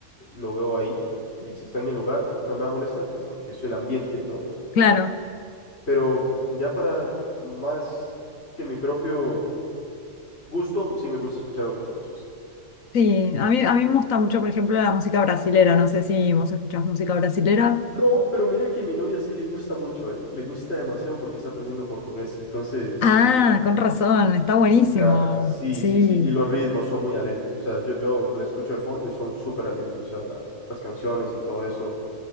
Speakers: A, on the left; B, on the left.
A: lo veo ahí y si está en el lugar no me va a molestar porque es el ambiente, ¿no?
B: claro.
A: Pero ya para más que mi propio gusto, sí me gusta escuchar otras cosas.
B: Sí, a mí, a mí me gusta mucho, por ejemplo, la música brasilera, no sé si vos escuchás música brasilera.
A: No, pero mira que a mi novia sí le gusta mucho, ¿eh? Le gusta demasiado porque está aprendiendo portugués. Entonces,
B: Ah, con razón, está buenísimo.
A: Claro, sí,
B: Sí,
A: sí, sí, y los ritmos son muy alegres, o sea, yo, yo la escucho de fondo y son súper alegres, o sea, la- las canciones y todo eso,